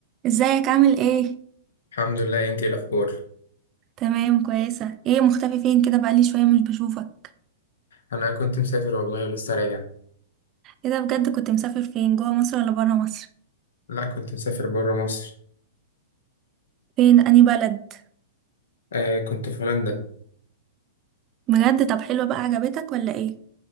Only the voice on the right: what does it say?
ازيك عامل ايه
تمام كويسه ايه مختفي فين كده بقالي شويه مش بشوفك
ايه ده بجد كنت مسافر فين جوه مصر ولا بره مصر
فين اني بلد
بجد طب حلوه بقى عجبتك ولا ايه